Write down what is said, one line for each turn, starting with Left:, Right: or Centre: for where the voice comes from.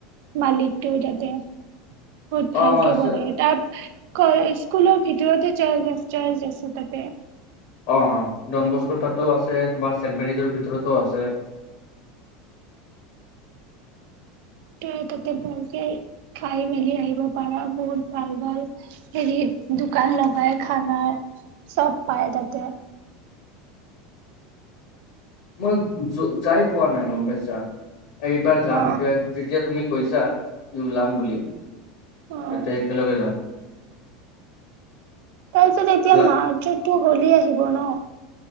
Right: মালিকটো তাতে বহুত
Left: অ
Right: ভালকে বনাই
Left: অ
Right: তাত কইছ স্কুলৰ ভিতৰতে চাৰ্ছ চাৰ্জ আছে তাতে
Left: অ ডন বস্ক তাতও আছে তোমাৰ চেণ্ট মেৰিজৰ ভিতৰতো আছে
Right: ই তাতে ভালকে খাই মেলি আহিব পাৰা বহুত ভাল ভাল হেৰি দোকান লগাই খানা চব পায় তাতে
Left: মই যাই পোৱা নাই গম পাইছা এইবাৰ
Right: অ
Left: যাম এতিয়া যেতিয়া তুমি কৈছা ওলাম বুলি
Right: অ
Left: এতিয়া একেলগে যাম
Right: তাৰ পিছত এতিয়া
Left: লা-
Right: মাৰ্চত টো গলি আহিব ন'?